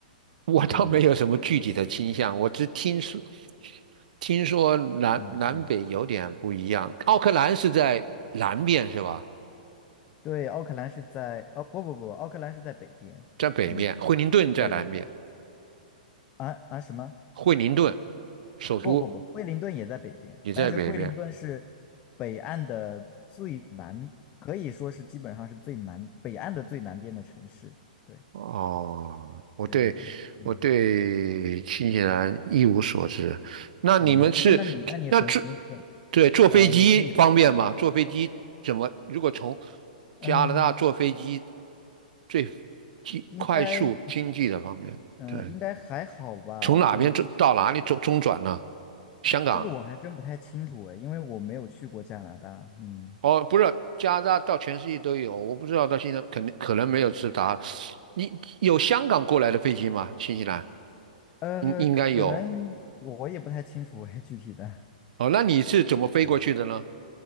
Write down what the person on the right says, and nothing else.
我倒没有什么具体的倾向，
我只听说听说南南北有点不一样。
奥克兰是在南面是吧？
在北面，
惠灵顿在南面，
惠灵顿首都
也在北面。
哦，我对我对新西兰一无所知。
那你们是那坐
对坐飞机方便吗？
坐飞机怎么？如果从
加拿大坐飞机最经快速经济的方面，
对，
从哪边中到哪里中中转呢？
香港
哦，不是加拿大到全世界都有，我不知道到现在肯定可能没有直达。你有香港过来的飞机吗？新西兰
应应该有
哦。那你是怎么飞过去的呢？